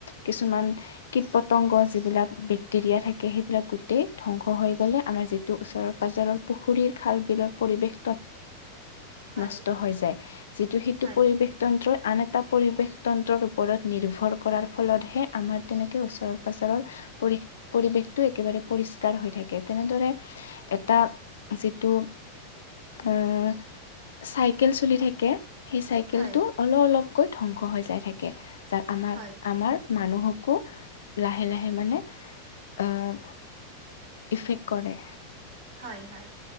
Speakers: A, on the left; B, on the right.
A: কিছুমান ক পতংগ যিবিলাক বেক্টৰিয়া থাক সেইবিলাক গোটেই ধ্বংস হৈ গলে আমাৰ যিটো ওচৰৰ পাজৰৰ পুখুৰীৰ খাল বিলৰ পৰিৱেশ
B: হয়
A: ন হৈ যায় যিটো সেইটো
B: হয়
A: পৰিৱেশ তন্ত্ৰ আন এটা পৰিৱেশ তন্ত্ৰৰ ওপৰত নিৰ্ভৰ কৰাৰ ফলতহে আমাৰ তেনেকৈ ওচৰৰ পাঁজৰৰ পৰি পৰিৱেশটো একেবাৰে পৰিষ্কাৰ হৈ থাকে তেনেদৰে এটা যিটো উম চাইকেল চলি থাকে সেই চাইকেলটো
B: হয়
A: অলপ অলপকৈ ধ্বংস হৈ যাই থাকে যাত আমাৰ
B: হয়
A: আমাৰ মানুহক লাহে লাহে মানে আহ ইফেক্ট কৰে
B: হয় হয়